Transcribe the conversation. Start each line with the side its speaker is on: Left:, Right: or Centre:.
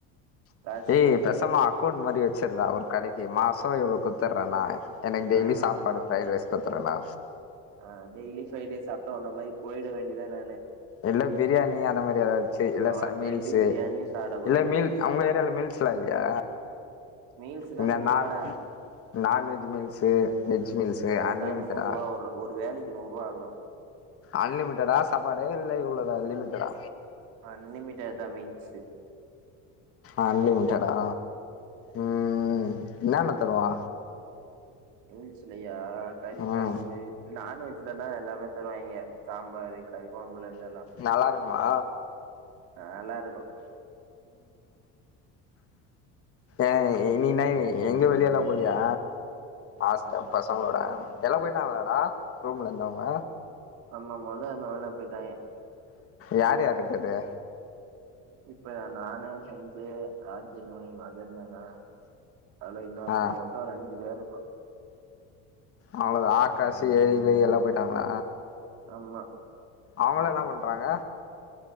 Right: காசு
Left: ஏ பேச சாம அக்கௌண்ட் மாரி வெச்சிட்றா ஒரு கடைக்கு மாசோ இவ்ளோ குட்த்துர்றே நா எனக்கு
Right: ஆ
Left: டெய்லி சாப்பாடு
Right: ஆமா
Left: ஃப்ரைட் ரைஸ் குட்த்துறேன்டா
Right: ஆ டெய்லி ஃப்ரைட் ரைஸ் சாப்ட்டா ஒன்ன மாரி போயிட வேண்டியதா நானு
Left: இல்ல பிரியாணி அந்த மாரி எதாவ்து சே எல்லாரு
Right: ஆ
Left: ச மீல்ஸு
Right: டெய்லி பிரியாணியே சாப்டக்கூடாது
Left: இல்ல மீல் அவ்ங்க ஏரியால மீல்ஸ்லா இல்லையா
Right: மீல்ஸுதா
Left: இந்த
Right: நூறுவாடா
Left: நான் நான்வெஜ் மீல்ஸு வெஜ் மீல்ஸு
Right: அதெல்லா
Left: அன்லிமிட்டடா
Right: நூறுவா ஒரு ஒரு வேளைக்கு நூறுவா ஆகு
Left: அன்லிமிட்டடா சாப்பாடு இல்ல இவ்ளோதா லிமிட்டடா
Right: அன்லிமிட்டட் தா மீல்ஸு
Left: அன்லிமிட்டடா ம் என்னன தருவா
Right: ரூல்ஸ்ல்லயா கறி
Left: ம்
Right: கொழம்பு நான்வெஜ் தான்டா எல்லாமே தருவாங்க சாம்பரு கறி கொழம்புல இருந்தெல்லா
Left: நல்லா இருக்குமா
Right: ஆ நல்லா இருக்கு
Left: எ இனினய் எங்க வெளியல போலியா ஆஸ்ட பசங்களோட எல்லா போயிட்டாங்களாடா ரூம்ல இருந்தவங்க
Right: ஆமா மொத இருத்தவங்கலா போய்ட்டாங்க
Left: யார் யார் இக்கது
Right: இப்ப நானே செஞ்சே ராஜனு மதனுதா அல்ல இன்னொத்த
Left: ஆ
Right: மொத்த ஒரு அஞ்சு பேரு இப்போ
Left: அவ்வளத ஆக்காசு எழிலு எல்லா போயிட்டாங்க
Right: ஆமா
Left: அவங்களா என்ன பன்றாங்க